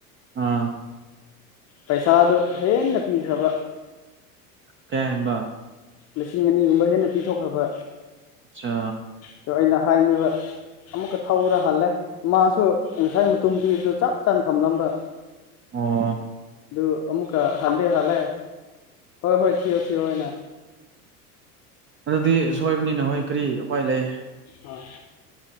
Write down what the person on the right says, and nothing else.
ꯑꯥ
ꯀꯌꯥ ꯍꯦꯟꯕ
ꯑꯠꯁꯥ
ꯑꯣ
ꯑꯗꯨꯗꯤ ꯁꯣꯏꯕꯅꯤꯅꯣ ꯍꯣꯏ ꯀꯔꯤ ꯎꯄꯥꯏ ꯂꯩ